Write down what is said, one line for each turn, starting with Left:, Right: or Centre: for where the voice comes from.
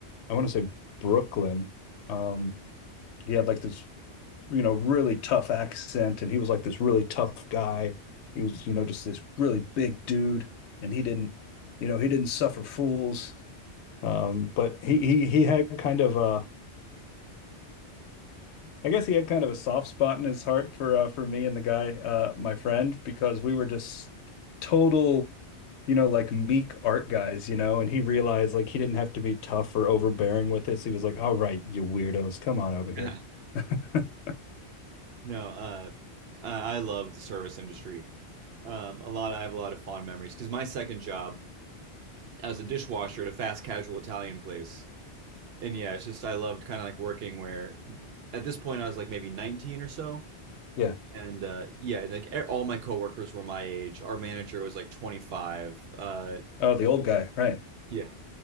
Left: I want to say Brooklyn. Um, he had like this you know, really tough accent. And he was like this really tough guy. He was, you know, just this really big dude. And he didn't, you know, he didn't suffer fools. Um, but he he he had kind of a, I guess he had kind of a soft spot in his heart for uh, for me and the guy, uh, my friend, because we were just total, you know, like meek art guys, you know. And he realized like he didn't have to be tough or overbearing with this. He was like, "All right, you weirdos, come on over here."
Right: <laughs>
Left: <laughs>
Right: No, uh, I I love the service industry. Um, a lot. I have a lot of fond memories because my second job as a dishwasher at a fast casual Italian place. And yeah, it's just I loved kind of like working where at this point I was like maybe 19 or so.
Left: Yeah.
Right: And uh, yeah, like e- all my coworkers were my age. Our manager was like 25. Uh,
Left: Oh, the old guy, right?
Right: yeah.